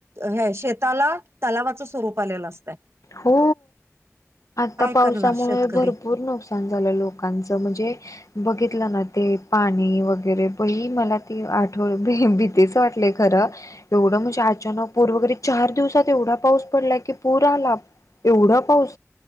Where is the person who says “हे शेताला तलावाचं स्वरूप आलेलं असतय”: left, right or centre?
Right